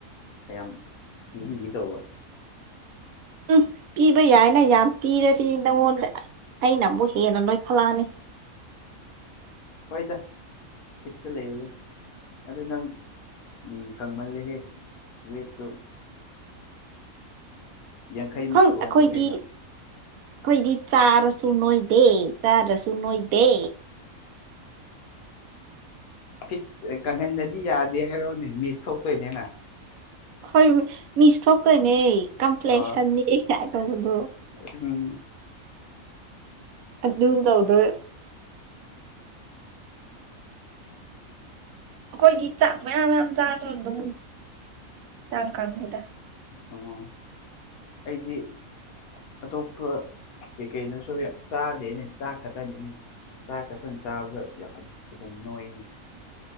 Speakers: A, on the left; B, on the right.
A: ꯈꯌꯥꯝ ꯄꯤꯕꯤꯒꯦ ꯇꯧꯕ
B: ꯎꯝ ꯄꯤꯕ ꯌꯥꯏꯅ ꯌꯥꯝ ꯄꯤꯔꯗꯤ ꯅꯪꯉꯣꯟꯗ ꯑꯩꯅ ꯑꯃꯨꯛ ꯍꯦꯟꯅ ꯅꯣꯏꯐꯠꯂꯛꯑꯅꯤ
A: ꯍꯣꯏꯗ ꯐꯤꯠꯇ ꯂꯩꯕꯗꯨ ꯑꯗꯨ ꯅꯪ ꯎꯝ ꯀꯪꯃꯜꯂꯦꯍꯦ ꯋꯦꯠꯇꯣ ꯌꯥꯡꯈꯩꯃꯨꯛ
B: ꯈꯪ
A: ꯁꯨꯍꯜꯂꯣ
B: ꯑꯩꯈꯣꯏꯗꯤ
A: ꯀꯩꯅꯣ
B: ꯑꯩꯈꯣꯏꯗꯤ ꯆꯥꯔꯁꯨ ꯅꯣꯏꯗꯦ ꯆꯥꯗ꯭ꯔꯁꯨ ꯅꯣꯏꯗꯦ
A: ꯐꯤꯠ ꯀꯪꯍꯟꯗꯗꯤ ꯌꯥꯗꯦ ꯍꯥꯏꯔꯛꯑꯣꯅꯦ ꯃꯤꯁ ꯊꯣꯛꯇꯣꯏꯅꯤꯅ
B: ꯍꯣꯏ ꯃꯤꯁ ꯊꯣꯛꯇꯣꯏꯅꯦ ꯀꯝꯄ꯭ꯂꯦꯛꯁꯟ
A: ꯑꯥ
B: ꯅꯦꯒꯥꯏꯟ ꯇꯧꯕꯗꯣ
A: ꯎꯝ
B: ꯑꯗꯨ ꯇꯧꯗꯣꯏ ꯑꯩꯈꯣꯏꯒꯤ ꯆꯥꯛ ꯃꯌꯥꯝ ꯌꯥꯝ ꯆꯥꯔꯁꯨ ꯑꯗꯨꯝ ꯌꯥꯡ ꯀꯪꯉꯤꯗ
A: <unintelligible> ꯑꯩꯗꯤ ꯑꯇꯣꯞꯄ ꯀꯩ ꯀꯩꯅꯣꯁꯨ ꯌꯥꯝ ꯆꯥꯗꯦꯅꯦ ꯆꯥꯛ ꯈꯛꯇꯅꯤꯅꯦ ꯆꯥ ꯈꯇꯪ ꯆꯥꯕꯗ ꯌꯥꯝ ꯑꯗꯨꯝ ꯅꯣꯏꯅꯦ